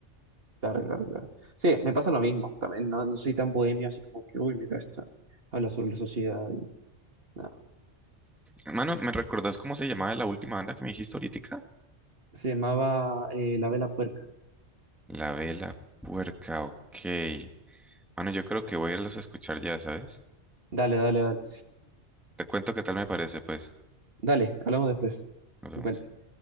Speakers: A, on the right; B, in the centre.
A: Claro, claro, claro. Sí, me pasa lo mismo. También no, no soy tan bohemio, así como que, uy, mira esto. Habla sobre la sociedad. y no.
B: Mano, ¿me recordás cómo se llamaba la última banda que me dijiste ahorita?
A: Se llamaba eh, La Vela Puerca.
B: La Vela Puerca, ok. Mano, yo creo que voy a irlos a escuchar ya, ¿sabes?
A: Dale, dale, dale.
B: Te cuento qué tal me parece, pues.
A: Dale, hablamos después.
B: Nos vemos.
A: Me cuentas.